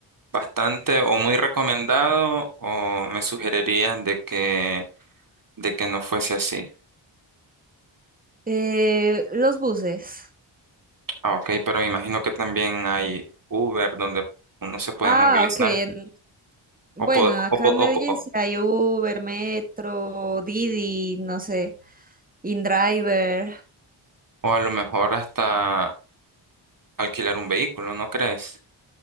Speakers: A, on the right; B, on the right.
A: bastante o muy recomendado o me sugerirías de que, de que no fuese así?
B: eh, los buses.
A: Ah, ok, pero me imagino que también hay Uber donde uno se puede
B: Ah,
A: movilizar
B: ok. en- bueno,
A: o, po-
B: acá
A: o, po-
B: en Medellín
A: o, po-
B: sí hay Uber, Metro, Didi, no sé, InDriver.
A: o a lo mejor hasta alquilar un vehículo, ¿no crees?